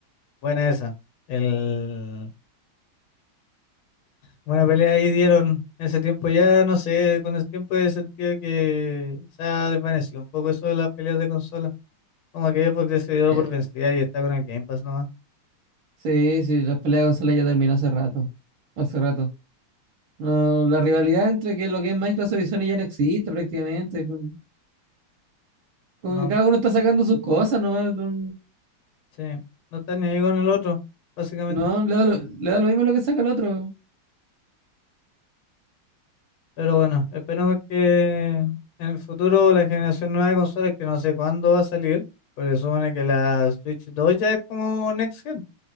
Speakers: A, on the left; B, on the right.
A: buena esa. El... Buena pelea ahí dieron. En ese tiempo ya, no sé, con el tiempo he sentido que se ha desvanecido un poco eso de las peleas de consola. Como que Xbox se dio
B: Ya.
A: por vencida y está con el Game Pass nomás.
B: Sí, sí, la pelea de consola ya terminó hace rato. Hace rato. No, la rivalidad entre que lo que es Microsoft y Sony ya no existe prácticamente. Con- Como
A: No,
B: que cada uno está sacando sus cosas, nomás, no,
A: sí. No está ni ahí con el otro, básicamente.
B: no, le da lo, le da lo mismo lo que saca el otro.
A: Pero bueno, esperemos que en el futuro la generación nueva de consolas, que no sé cuándo va a salir, porque supone que la Switch 2 ya es como Next Gen.